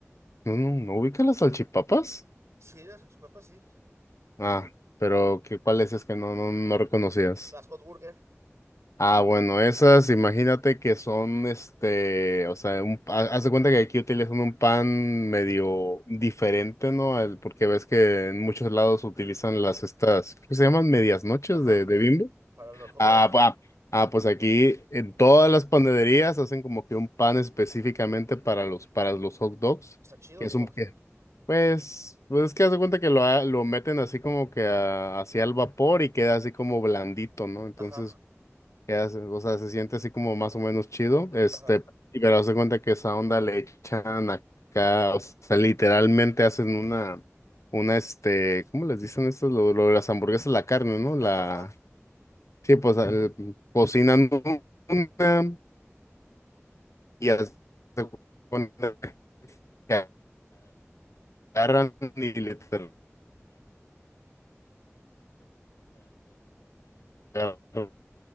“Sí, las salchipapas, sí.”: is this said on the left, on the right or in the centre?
Right